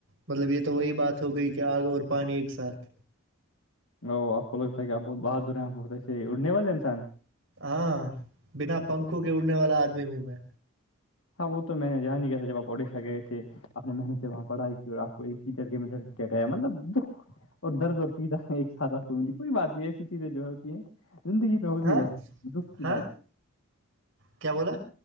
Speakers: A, on the right; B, on the left.
A: مطلب یہ تو وہی بات ہو گئی کہ آگ اور پانی ایک ساتھ
B: او آپ کو لگتا ہے آپ بہت بہر دور ہیں آپ بہت ایسے اڑنے والے انسان ہیں
A: ہاں بنا پنکھوں کے اڑنے والا آدمی ہوں میں
B: ہاں وہ تو میں نے جہانی کیا تھا جب آپ پڑیشا گئے تھے اپنے محن سے وہاں پڑھائی کی اور آپ کو ایک ہی جڑکے میں کیا گیا مطلب دکھ اور درد اور پیتاا ایک ساتھ آپ کو ملی کوئی بات نہیں ایسی چیزیں جو ہوتی ہیں زندگی میں ہو ج
A: ہاں
B: رہے دکھ کی
A: ہاں
B: بات
A: کیا بولا